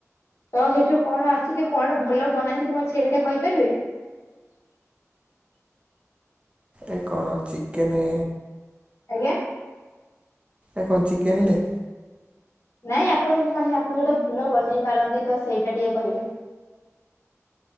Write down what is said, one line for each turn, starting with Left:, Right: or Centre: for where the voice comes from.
Left: ତ ହେଇଠୁ କଣ ଆସୁଛି କଣ ଭଲ ବନାନ୍ତି ତମେ ସେଇଟା ଟିକେ କହିପାରିବେ?
Right: ଏଇ କଣ ଚିକେନେ
Left: ଆଜ୍ଞା।
Right: ଏ କଣ ଚିକେନ ଲେ?
Left: ନାଇଁ ଆପଣଙ୍କୁ ମାନେ ଆପଣ ଯୋଉଟା ଭଲ ବନେଇ ପାରନ୍ତି ତ ସେଇଟା ଟିକେ କହିବେ?